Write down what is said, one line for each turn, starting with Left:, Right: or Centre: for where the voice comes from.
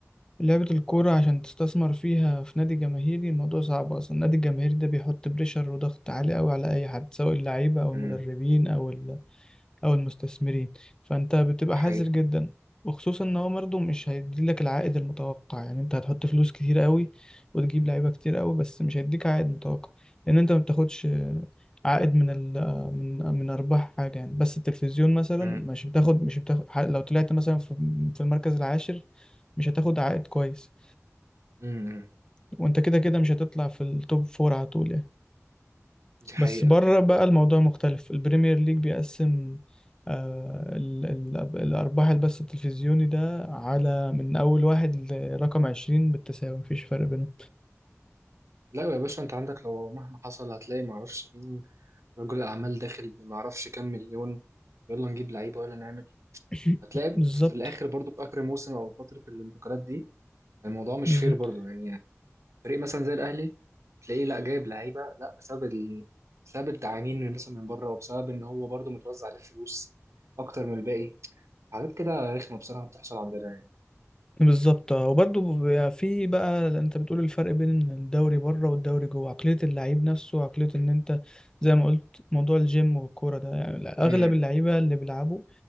Left: لعبة الكورة عشان تستثمر فيها في نادي جماهيري الموضوع صعب أصلا النادي الجماهيري ده بيحط بريشر وضغط عالي أوي على أي حد سواء اللعيبة أو المدربين
Right: امم
Left: أو ال- أو المستثمرين فأنت بتبقى
Right: دي حقيقة
Left: حذر جدا وخصوصا إن هو برضه مش هيديلك العائد المتوقع يعني أنت هتحط فلوس كتير أوي وتجيب لعيبة كتير أوي بس مش هيديك عائد متوقع لأن أنت ما بتاخدش عائد من ال من من أرباح حاجة يعني بس التلفزيون مثلا
Right: امم
Left: مش بتاخد مش بتاخد لو طلعت مثلا في في المركز العاشر مش هتاخد عائد كويس
Right: امم
Left: وانت كده كده مش هتطلع في التوب فور على طول يعني
Right: دي
Left: بس
Right: حقيقة
Left: بره
Right: فعلا
Left: بقى الموضوع مختلف البريمير ليج بيقسم آه ال ال الأرباح البث التلفزيوني ده على من أول واحد لرقم عشرين بالتساوي مفيش فرق بينهم
Right: لا يا باشا انت عندك لو مهما حصل هتلاقي معرفش مين رجل اعمال داخل بمعرفش كام مليون يلا نجيب لعيبه ولا نعمل
Left: <laughs>
Right: هتلاقي
Left: بالظبط
Right: في الاخر برضو في اخر الموسم او فتره الانتقالات دي الموضوع مش
Left: بالظبط
Right: فير برضو يعني فريق مثلا زي الاهلي تلاقيه لا جايب لعيبه لا بسبب ال... بسبب التعامين من مثلا من بره وبسبب ان هو برضو متوزع عليه فلوس اكتر من الباقي حاجات كده رخمه بصراحه بتحصل عندنا يعني
Left: بالظبط اه وبرضه بيبقى في بقى انت بتقول الفرق بين الدوري بره والدوري جوه عقلية اللعيب نفسه وعقلية ان انت زي ما قلت موضوع الجيم والكورة ده يعني اغلب
Right: امم
Left: اللعيبة اللي بيلعبوا